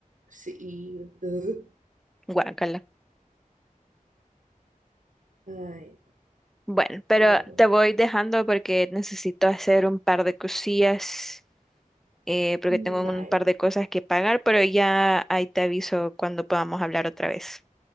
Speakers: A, on the right; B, in the centre.
A: sí, <laughs> uh".
B: Guácala.
A: Ay,
B: Bueno, pero
A: pero bueno,
B: te voy dejando porque necesito hacer un par de cosillas, eh, porque
A: Mm,
B: tengo un
A: bye,
B: par de cosas que pagar, pero ya ahí te aviso cuando podamos hablar otra vez.